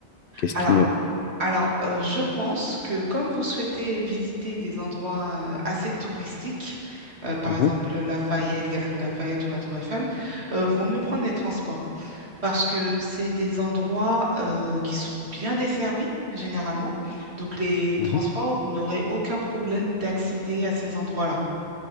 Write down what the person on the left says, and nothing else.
Qu'est-ce
qui est mieux?
Mhm,
mhm,